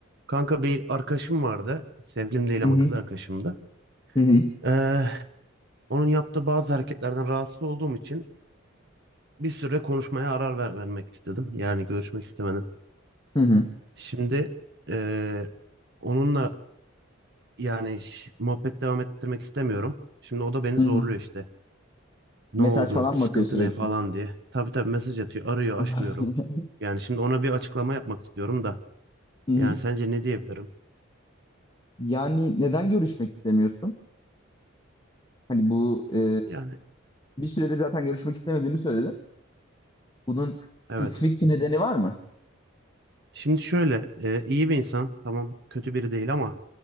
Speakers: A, on the right; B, on the left.
A: Kanka bir arkadaşım vardı. Sevgilim değil
B: Hı
A: ama
B: hı.
A: kız arkadaşımdı.
B: Hı hı.
A: Ee, onun yaptığı bazı hareketlerden rahatsız olduğum için bir süre konuşmaya arar ver- vermek istedim. Yani görüşmek istemedim.
B: Hı hı.
A: Şimdi ee, onunla yani ş- muhabbet devam ettirmek istemiyorum. Şimdi o da beni
B: Hı
A: zorluyor
B: hı. O
A: işte. Ne
B: Mesaj
A: oldu?
B: falan
A: Sıkıntı
B: mı atıyor sürekli?
A: ne falan diye. Tabii tabii mesaj atıyor. Arıyor,
B: <laughs>
A: açmıyorum. Yani şimdi ona bir açıklama yapmak istiyorum da.
B: Hı hı.
A: Yani sence ne diyebilirim?
B: Yani neden görüşmek istemiyorsun? Hani bu e,
A: Yani
B: bir süredir zaten görüşmek istemediğini söyledin. Bunun spesifik
A: evet.
B: bir nedeni var mı?
A: Şimdi şöyle e, iyi bir insan. Tamam kötü biri değil ama